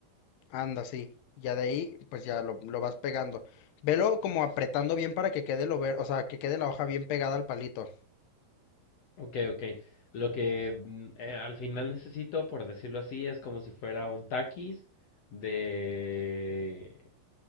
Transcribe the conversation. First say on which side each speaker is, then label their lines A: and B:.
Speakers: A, on the left; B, on the left.
A: Anda, sí. Ya de ahí, pues ya lo, lo vas pegando. Velo como apretando bien para que quede lo ver, o sea, que quede la hoja bien pegada al palito.
B: Ok, ok. Lo que mm, eh, al final necesito, por decirlo así, es como si fuera un taquis de,